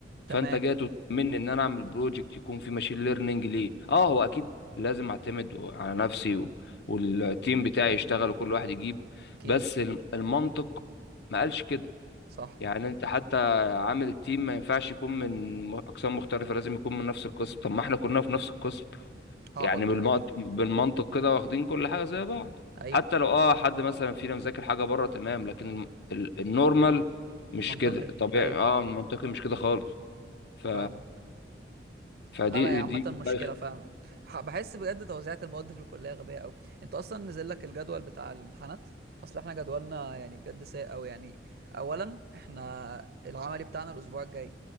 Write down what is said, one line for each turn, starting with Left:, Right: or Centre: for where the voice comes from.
Right: تمام
Left: فانت جاي تطمني ان انا اعمل بروجكت يكون فيه ماشين ليرنينج ليه اه هو اكيد لازم اعتمد على نفسي و... والتيم بتاعي يشتغل وكل واحد يجيب
Right: اكيد
Left: بس الم- المنطق ما قالش كده
Right: صح
Left: يعني انت حتى عامل التيم ما ينفعش يكون من م- اقسام مختلفه لازم يكون من نفس القسم طب ما احنا كلنا في نفس القسم
Right: اعبط
Left: يعني
Right: بجد
Left: بالمنطق بالمنطق كده واخدين كل حاجه زي بعض
Right: ايوه
Left: حتى لو اه حد مثلا فينا مذاكر حاجه بره تمام لكن الم- ال- النورمال مش
Right: المنطقي
Left: كده الطبيعي
Right: ايوه
Left: اه المنطقي مش كده خالص ف
Right: فاهمك
Left: فدي
Right: لا لا هي عامة
Left: دي كانت
Right: مشكلة
Left: بايخه
Right: فعلا ح- بحس بجد توزيعة المواد في الكلية غبية قوي انت اصلا نزل لك الجدول بتاع الامتحانات اصل احنا جدولنا يعني بجد سيء قوي يعني اولا احنا العملي بتاعنا الاسبوع الجاي